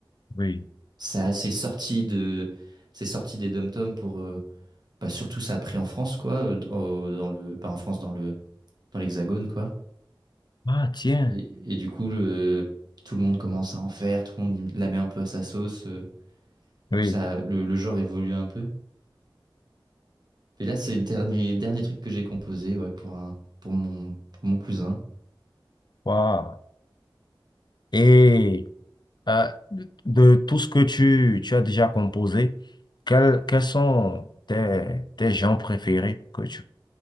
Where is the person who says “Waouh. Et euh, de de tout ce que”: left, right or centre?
Left